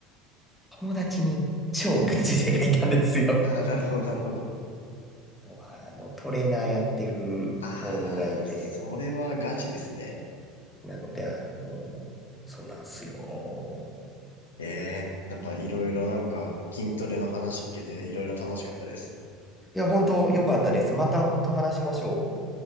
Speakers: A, in the centre; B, on the left.
A: 友達に超ガチ勢がいたんですよ。
B: <laughs> ああ、なるほど、なるほど。
A: もうあの、トレーナーやってる子がいて、
B: ああ、それはガチですね。
A: なので、あの、そうなんすよ。
B: ええー、なんかいろいろなんか筋トレの話聞けていろいろ楽しかったです。
A: いや、本当良かったです。また本当話しましょう。